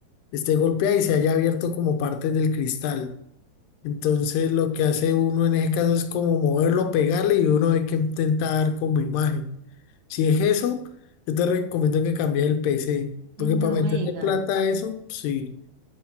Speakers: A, on the left (about 85°); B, on the right (about 70°).
A: esté golpeada y se haya abierto como parte del cristal. Entonces, lo que hace uno en ese caso es como moverlo, pegarle y uno hay que intentar como imagen. Si es eso, yo te recomiendo que cambies el PC, porque para
B: no
A: meterle
B: me diga.
A: plata a eso, sí.